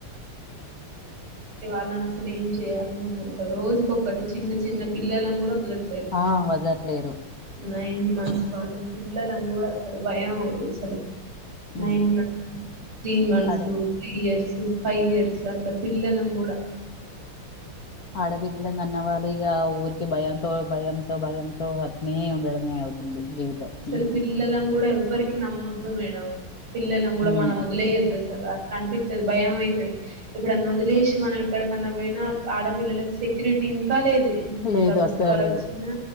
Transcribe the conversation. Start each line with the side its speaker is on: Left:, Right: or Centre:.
Right: వాళ్ళన అసలు ఏం చేయాల ఒక రోజుకొటి చిన్న చిన్న పిల్లలను కూడా వ
Left: ఆ వదలట్లేరు
Right: నైన్ మన్సు వాళ్ళం పిల్లలం కూడా అసలు భయంసలు
Left: ఉమ్
Right: నైన్ మంతస్ త్రీ months
Left: ఆడ
Right: three years five years అట్లా పిల్లలం కూడా
Left: ఆడవిల్ల కన్నవాడ అరిగా ఊరికి భయంతో భయంతో భయంతో అనే ఉండడమే అవుతుంది జీవితం
Right: సర
Left: ఉమ్
Right: పిలాంగ కూడా ఎవరికి నమ్మొద్దు మేడం పిల్లలను కూడా మనం
Left: ఉమ్.
Right: వలేయొద్ద అసలు అట్లా అనిపితది భయం అయితది ఇప్పుడన్న వదిలేసి మనం ఎక్కడకన్నా పోయినా ఆడపిల్లలకి సెక్యూరిటీ ఇంకా లేదు ఇన్ని
Left: లేదు
Right: ప్రభుత్వాలు
Left: అసలు లేదు
Right: వచ్చినా